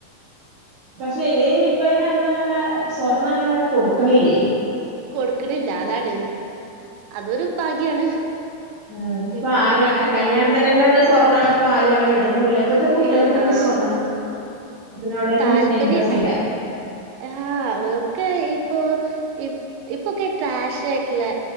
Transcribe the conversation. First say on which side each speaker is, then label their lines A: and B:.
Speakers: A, on the right; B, on the right.
A: പക്ഷെ ഈ ഇപ്പ ഇന അന്ന അങ്ങനെ സ്വർ ണം അങ്ങനെ ആരും കൊടുക്കണില്ലേ
B: കൊടുക്കണില്ല അതാണ് അതൊരു ഭാഗ്യാണ്
A: അ ഇപ്പൊ
B: ഇപ്പന്
A: ആരും അങ്ങനെ
B: ആഹ്
A: കല്യാണത്തിന്റെന്നെ സ്വർണ്ണപ്പ ആരും അങ്ങനെ ഇടുന്നുല്ല ഇപ്പഴത്തെ കുട്ടികൾക്ക്
B: ഇൽ
A: അയിന്
B: ആഹ്
A: സ്വാർണം അതിനോടൊന്നും
B: താല്പര്യല്ല
A: ഇന്ട്രസ്റ്റ് ഇല്ല
B: ആഹ് ഒക്കെ <unintelligible> ഓ ഇപ്പ ഇപ്പൊക്കെ ട്രാഷ ആയിട്ടുള്ള